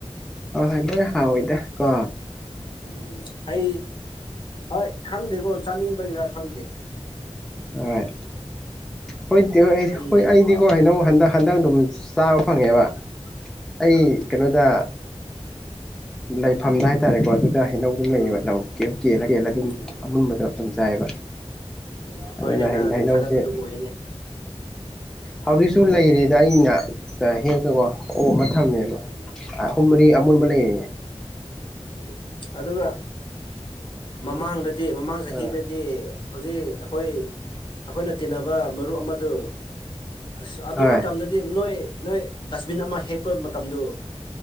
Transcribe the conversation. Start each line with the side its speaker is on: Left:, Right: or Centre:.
Centre: ꯍ ꯍꯜꯂꯣ ꯍꯥꯎ ꯑꯣꯏꯣꯏꯗ ꯀꯣ
Left: ꯎꯝ ꯍ ꯍꯣꯏ ꯈꯪꯗꯦꯀꯣ ꯆꯥꯅꯤꯡꯕꯒꯤꯔꯥ ꯈꯪꯗꯦ
Centre: ꯍꯣꯏ
Left: ꯑꯩꯈꯣꯏꯗꯤ
Centre: ꯍꯣꯏ
Left: ꯍꯩꯁꯦ
Centre: ꯍꯣꯏ ꯑꯩꯗꯤꯀꯣ
Left: ꯄꯥꯝꯃꯦ
Centre: ꯍꯩꯅꯧ ꯍꯟꯗꯛ ꯍꯟꯗꯛ ꯑꯗꯨꯝ ꯆꯥꯕ ꯐꯪꯉꯦꯕ ꯑꯩ
Left: ꯎꯝ
Centre: ꯀꯩꯅꯣꯗ ꯂꯩꯐꯝꯗ ꯍꯥꯏꯇꯥꯔꯦꯀꯣ ꯑꯗꯨ ꯍꯩꯅꯧ ꯑꯗꯨꯝ ꯂꯩꯌꯦꯕ
Left: ꯎꯝ
Centre: ꯂꯧ ꯀꯦꯜꯂ ꯀꯦꯜꯂ
Left: ꯎꯝ
Centre: ꯑꯗꯨꯝ ꯑꯃꯟꯕꯗꯣ ꯑꯗꯨꯝ ꯆꯥꯏꯑꯕ
Left: ꯎꯝ
Centre: ꯑꯗꯨꯅ
Left: ꯍꯣꯏꯅꯦ ꯅꯪ ꯑꯗꯨꯝ
Centre: ꯍꯩꯅꯧꯁꯦ
Left: ꯊꯥꯒꯠꯄꯗꯨ ꯑꯣꯏꯅꯦ
Centre: ꯍꯧꯖꯤꯛꯁꯨ ꯂꯩꯔꯤꯗ ꯑꯩꯅ ꯍꯦꯛꯛꯇꯀꯣ
Left: ꯎꯝ
Centre: ꯑꯣ ꯑꯃ ꯊꯝꯃꯦꯕ
Left: ꯎꯝ
Centre: ꯑꯍꯨꯝ ꯃꯔꯤ ꯑꯃꯨꯕ ꯂꯩꯔꯦ
Left: ꯎꯝ ꯑꯗꯨꯒ ꯃꯃꯥꯡꯗꯗꯤ ꯃꯃꯥꯡ ꯆꯍꯤꯗꯗꯤ
Centre: ꯑꯥ
Left: ꯍꯧꯖꯤꯛ ꯑꯩꯈꯣꯏ ꯑꯩꯈꯣꯏꯅ ꯇꯤꯟꯅꯕ ꯃꯔꯨꯞ ꯑꯃꯗꯨ ꯑꯁ ꯑꯗꯨ
Centre: ꯍꯣꯏ
Left: ꯃꯇꯝꯗꯗꯤ ꯅꯣꯏ ꯅꯣꯏ ꯗꯁꯕꯤꯟ ꯑꯃ ꯍꯦꯛꯄ ꯃꯇꯝꯗꯨ